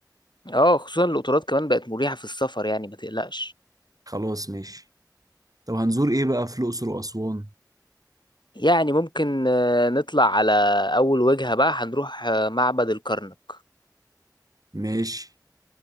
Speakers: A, on the left; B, on the right.
A: اه خصوصا القطارات كمان بقت مريحة في السفر يعني ما تقلقش
B: خلاص ماشي طب هنزور ايه بقى في الاقصر واسوان
A: يعني ممكن آه، نطلع على اول وجهة بقى هنروح آه، معبد الكرنك
B: ماشي